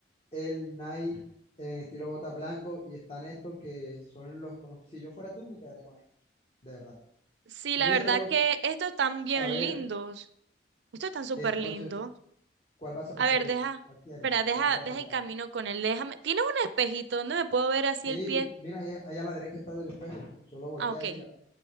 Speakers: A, on the left (about 30°); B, on the right (about 75°).
A: el Nike en estilo bota blanco y están estos que son los con los. Si yo fuera tú, me quedaría con estos, de verdad.
B: Sí,
A: Mídetelos
B: la verdad que estos están bien
A: a ver
B: lindos. Ustedes están súper
A: entonces
B: lindo.
A: cuál vas a preferir,
B: A ver, deja,
A: cuál quieres,
B: espera, deja,
A: cuál te vas
B: deja
A: a llevar.
B: el camino con él. Déjame. ¿Tienes un espejito donde me puedo ver así
A: Sí,
B: el pie?
A: mira, ahí- ahí a la derecha está el espejo. Solo voltea
B: Ah, ok,
A: y mira.